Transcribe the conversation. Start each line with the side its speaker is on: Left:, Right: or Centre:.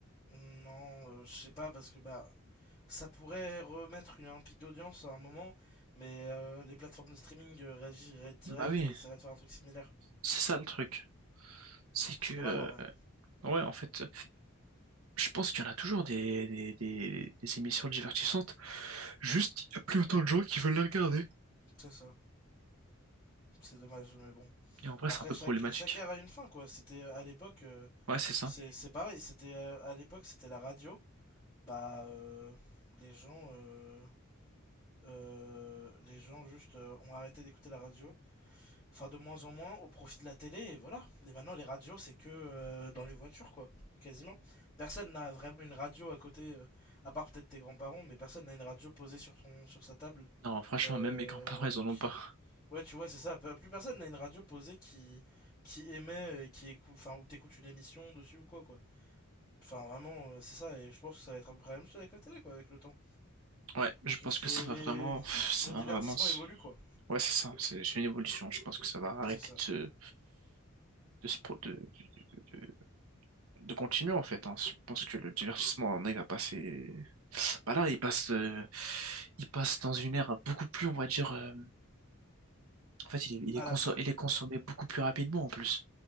Left: Non, euh, je sais pas, parce que bah... Ça pourrait remettre une, un pic d'audience à un moment, mais euh, les plateformes de streaming euh, réagiraient direct
Right: Bah oui,
Left: et essaieraient de faire un truc similaire.
Right: c'est ça le truc. C'est
Left: C'est
Right: que,
Left: dommage
Right: euh,
Left: en vrai.
Right: ouais, en fait. je pense qu'il y en a toujours des, des, des, des émissions divertissantes. Juste, il n'y a plus autant de gens qui veulent les regarder.
Left: C'est ça. C'est dommage, mais bon.
Right: Et en vrai,
Left: Après,
Right: c'est un peu
Left: chaque,
Right: problématique.
Left: chaque ère a une fin, quoi. C'était euh, à l'époque, euh,
Right: Ouais, c'est ça.
Left: c'est c'est pareil. C'était euh, à l'époque, c'était la radio. Bah, euh, les gens, euh, euh, les gens juste euh, ont arrêté d'écouter la radio. Enfin, de moins en moins, au profit de la télé, et voilà. Et maintenant, les radios, c'est que euh, dans les voitures, quoi. Quasiment. Personne n'a vraiment une radio à côté, euh, à part peut-être tes grands-parents, mais personne n'a une radio posée sur son, sur sa table,
Right: Non, franchement,
Left: euh,
Right: même mes grands-parents, ils en ont pas.
Left: Ouais, tu vois, c'est ça. Pe- Plus personne n'a une radio posée qui, qui émet, et qui écoute, enfin, où t'écoutes une émission dessus ou quoi, quoi. Enfin, vraiment, euh, c'est ça, et je pense que ça va être à peu près la même chose avec la télé, quoi, avec le temps.
Right: Ouais, je
Left: C'est
Right: pense
Left: juste
Right: que
Left: les,
Right: ça va vraiment,
Left: les-
Right: ça
Left: le
Right: va
Left: divertissement
Right: vraiment. se-
Left: évolue, quoi.
Right: Ouais, c'est ça. C'est c'est une évolution. Je pense que ça va arrêter
Left: C'est ça.
Right: de se, de se pro- de, de, de- de continuer en fait. hein. Je pense que le divertissement, on il va passer. Bah là, il passe, euh, il passe dans une ère beaucoup plus, on va dire. euh, En fait, il est, il
Left: À
Right: est,
Left: la
Right: conso-
Left: demande.
Right: il est consommé beaucoup plus rapidement en plus.